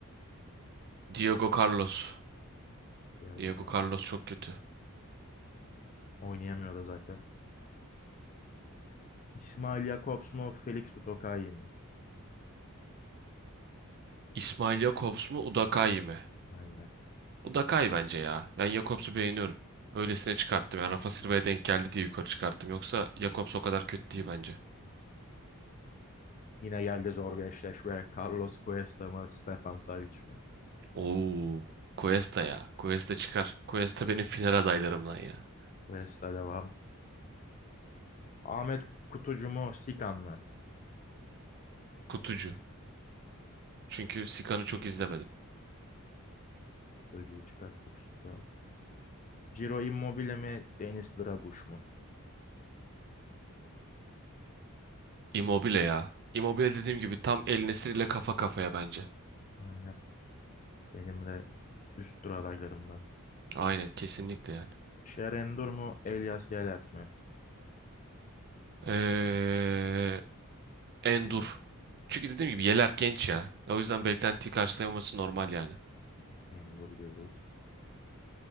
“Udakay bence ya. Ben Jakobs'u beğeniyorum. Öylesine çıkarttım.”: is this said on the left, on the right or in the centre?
Right